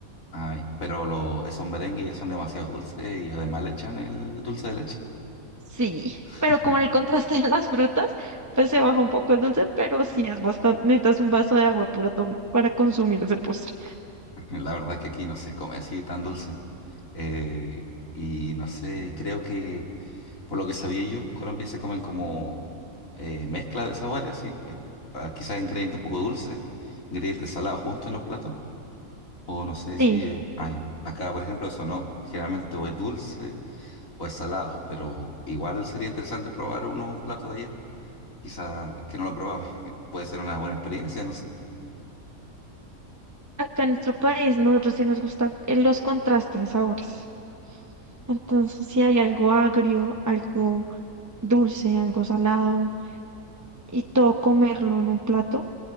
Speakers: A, on the left; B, on the right.
A: Ay, pero lo, esos merengues ya son demasiado dulces y además le echan el dulce de leche.
B: Sí,
A: <laughs>
B: pero como en el contraste <laughs> de las frutas, pues se baja un poco el dulce, pero sí es bastante. Necesitas un vaso de agua para, tom- para consumir ese postre.
A: La verdad que aquí no se come así tan dulce. Eh, y no sé, creo que por lo que sabía yo, Colombia se comen como eh, mezcla de sabores así, eh, ah, quizás ingredientes un poco dulces, ingredientes salados juntos en los platos, o no sé si,
B: Sí,
A: eh, ay, acá por ejemplo eso no, generalmente o es dulce o es salado, pero igual sería interesante probar uno un plato de allá, quizás que no lo he probado, <laughs> puede ser una buena experiencia, no sé,
B: acá en nuestro país nosotros sí nos gustan los contrastes de sabores. Entonces, si hay algo agrio, algo dulce, algo salado, y todo comerlo en un plato,